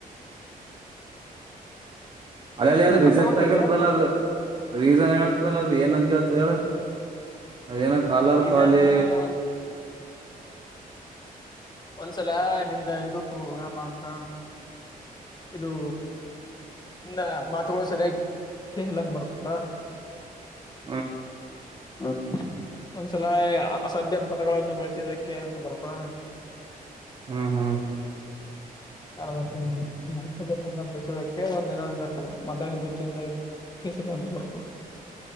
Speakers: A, on the right; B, on the left.
A: ಅಲ್ಲ ಅಲ್ಲಿ ಅದು
B: ಇದು ಕಟ್ಟಾಗೋದಲ್ಲೇ
A: ರಿಸೆಪ್ಟ್ ಆಗಿರ್ತಲ್ಲ
B: ಅಪ್ಪ
A: ಅದು ರೀಸನ್ ಹೇಳ್ತದಲ್ಲ ಅದು ಏನಂತ ಹೇಳ್ತದ ಹೇಳ ಅದೇನ ಕಾಲರ್
B: ರೀಸನ್
A: ಕಾಲೀ
B: ಒಂದ್ ಒಂದ್ಸಲ ನಿಂದ ಇದು ಏನಪ್ಪಾ ಅಂತ ಇದು ಇ ಮಾತುಗಳು ಸರಿಯಾಗಿ ಕಸ್ಲಂಗ ಬರುತ್ತ
A: ಹ್ಮ
B: ಹ ಒಂದ್ಸಲ ಅಸಭ್ಯ ಪದಗಳನ್ನು ಬಳಸಿದಕ್ಕೆ ಅಂತ ಬರ್ತಾ
A: ಹ್ಮ್ ಹ್ಮ್
B: ಎ ಬಸೋದಕ್ಕೆ ಒಂದಿನ ಒ ಮಾತಾಡಿದ್ದು ಚ ಕೇಸಲ್ಲ ಅಂತ ಬರ್ತವ